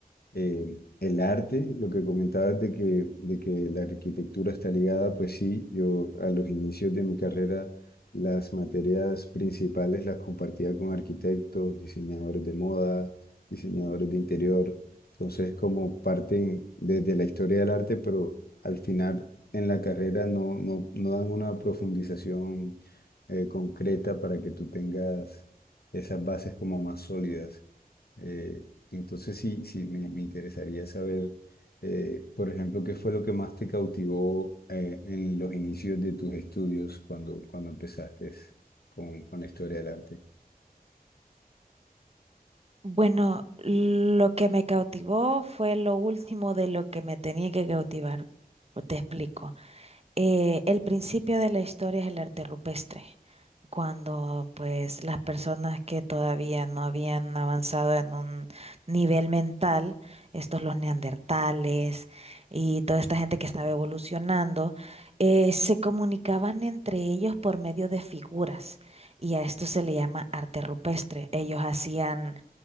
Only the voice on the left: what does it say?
eh, el arte, lo que comentabas de que, de que la arquitectura está ligada, pues sí, yo a los inicios de mi carrera las materias principales las compartía con arquitectos, diseñadores de moda, diseñadores de interior, entonces como parten desde la historia del arte, pero al final en la carrera no, no, no dan una profundización eh, concreta para que tú tengas esas bases como más sólidas. Eh, entonces sí, sí, me, me interesaría saber, eh, por ejemplo, qué fue lo que más te cautivó eh, en los inicios de tus estudios cuando, cuando empezaste con, con la historia del arte.